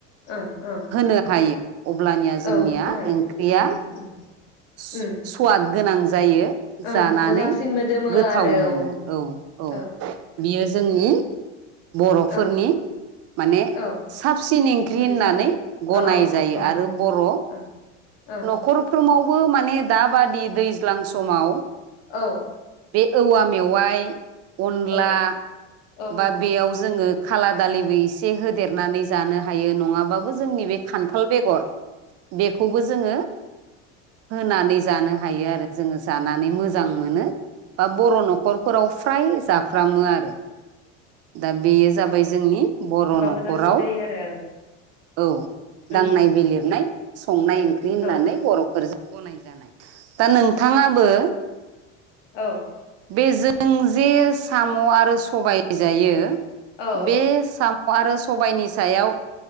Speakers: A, on the left; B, on the right.
A: ओ ओ।
B: होनो हायो। अब्लानिया जोंनिया
A: औ होनो हायो
B: ओंख्रिया
A: उम उम
B: सु
A: उम
B: स्वाद गोनां जायो
A: ओं
B: जानानै
A: मोजांसिन मोदोमो
B: गोथाव
A: आरो
B: मोनो
A: औ
B: औ।
A: औ।
B: बियो जोंनि बर'फोरनि
A: औ
B: माने
A: औ
B: साबसिन इंख्रि
A: ओंख्रि
B: होननानै
A: संनो
B: गनाय
A: औ
B: जायो
A: औ ओ
B: आरो बर'
A: ओ औ
B: नख'रफ्रोमावबो माने दाबादि दै दैज्लां समाव
A: औ
B: बे औवा मेवाइ अनला
A: औ औ
B: बा बेयाव जोङो खाला दालिबो इसे होदेरनानै जानो हायो, नङाबाबो जों नैबे खान्थाल बेगर, बेखौबो जोङो होनानै जानो हायो आरो। जोङो जानानै मोजां मोनो।
A: औ
B: बा बर' नख'रफोराव फ्राय जाफ्रामो आरो। दा बेयो जाबाय जोंनि बर'
A: हाबा
B: नख'राव
A: मोजांसिन जायो आरो
B: औ दांनाय
A: उम
B: बिलिरनाय संनाय ओंख्रि होननानै
A: ओ
B: बर'फोरजों गनाय जानाय। दा नोंथाङाबो
A: औ।
B: बे जों जे साम' आरो सबाय जायो,
A: औ
B: बे सा म' आरो सबाइनि सायाव